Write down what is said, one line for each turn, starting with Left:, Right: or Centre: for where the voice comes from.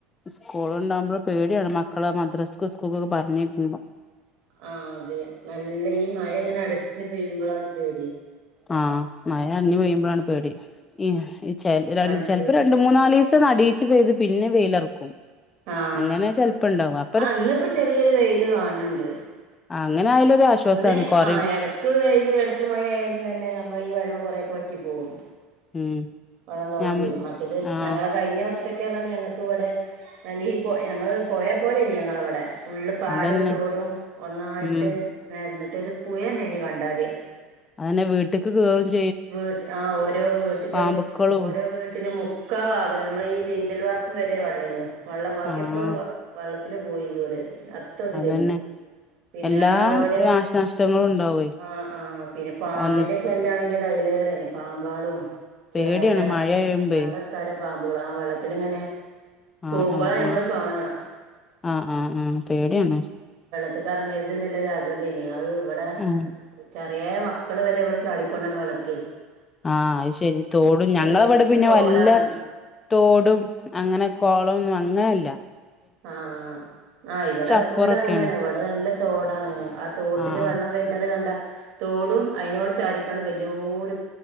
Left: സ്കൂളുണ്ടാകുമ്പോ പേടിയാണ് മക്കള് മദ്രസ സ്കൂള്ക്കൊക്കെ പറഞ്ഞയക്കുമ്പോ
Right: ആഹ് അതെ നല്ല ഈ മഴ അങ്ങനെ അടച്ച് പെയ് മ്പളാണ് പേടി
Left: ആഹ് മഴ അയഞ്ഞ് പെയ്യുമ്പളാണ് പേടി ഉം ഈ ചെല
Right: വണ്ടിയില്
Left: ചെലപ്പോ രണ്ട്
Right: പോകുമ്പോ
Left: മൂന്നാല് ദിവസം അ ഇത് പിന്നെ വെയിലിറക്കും
Right: ആഹ്
Left: അങ്ങനെ ചെലപ്പുണ്ടാവാം
Right: ആഹ് ഇന്നിപ്പോ ചെറിയൊരു വെയില് കാണ് ണ്ട്
Left: അങ്ങനെ ആയാലും ഒരാശ്വാസാണ്
Right: ഒന്നേ
Left: കൊറയും
Right: ആഹ് എടക്ക് വെയിലും എടക്ക് മയ ആയിരിന്നാലും ഈ വെള്ളം കൊറേക്കെ വറ്റി പോവും
Left: ഉം
Right: വെള്ളം തോരും
Left: ഞം
Right: ചെയ്യും മറ്റേത്
Left: ആഹ്
Right: ഞങ്ങള് കഴിഞ്ഞ വർഷം കേറാന് ഞങ്ങക്ക് വടെ അലീ പൊഴ ഞങ്ങള് പോഴെ പോലേനി ഞങ്ങളവടെ ഫുള്ള് പാടും
Left: അതന്നെ
Right: തോടും ഒന്നായിട്ട്
Left: ഉം
Right: നേർന്ന് ട്ട് ര് പുഴന്നേനി കണ്ടാല്
Left: അഅന്നെ വീട്ട്ക്ക് കേ
Right: വീട്ട് ആഹ് ഓരോ വീട്ട്ലും
Left: പാമ്പുക്കളും
Right: ഓരോ വീട്ട്ലും മുക്കാ ഭാഗ ഞമ്മളെ ഈ ലിന്റൽ വാർപ്പ് വരെ വള്ളേനു വള്ളം ബാക്കിയൊക്കെ
Left: ആഹ്
Right: വ് വള്ള ത്തില് പോയി വീട് അത്തതിലേനി
Left: അതന്നെ
Right: പിന്നേണാ
Left: എല്ലാ
Right: ഓലെ
Left: നാശനഷ്ടങ്ങളും ഉണ്ടാവേ
Right: ആഹ് ആഹ് പിന്നെ പാമ്പിന്റെ
Left: ഒ
Right: ശല്യാണെങ്കി എതയ് ലേറേനി പാമ്പാളും
Left: പേടിയാണ്
Right: ചേര
Left: മഴയായുമ്പേ
Right: പലതരം പാമ്പുകള് ആഹ് വെള്ളത്തിലിങ്ങനെ പോകുമ്പളാ
Left: ആഹ് ആഹ്
Right: ഞമ്മള്
Left: ആഹ്
Right: കാണാ
Left: ആഹ് ആഹ് ആഹ് പേടിയാണ്.
Right: ക്ക് ഇറങ്ങരുതിന്നിള്ള ജാഗ്രതയല്ലേ അത് ഇവടെ
Left: ആഹ്
Right: ചേ <unintelligible> മക്കള് വരെ ഇവടെ ചാടി കൊണ്ടാണ് വെള്ളത്തിലെ
Left: ആഹ് അത് ശെരി തോടും ഞങ്ങളെവിടെ
Right: വല്യ
Left: പിന്നെ
Right: തോടാണ്
Left: വെല്ല തോടും അങ്ങനെ കൊളോന്നും അങ്ങനെ ഇല്ല
Right: ആഹ് ആ ആ ഇവടെ
Left: അപ്പുറൊക്കെയാണ്
Right: ഫുള്ള് അങ്ങനെയാണ് ഇവടെ നല്ല തോടാണ് ആ തോട്ടില്
Left: ആഹ്
Right: വെള്ളം
Left: ആഹ്
Right: വരണത് കണ്ടാ തോടും അതിനോട് ചാരിക്കാണ്ട് വല്ല്യോരു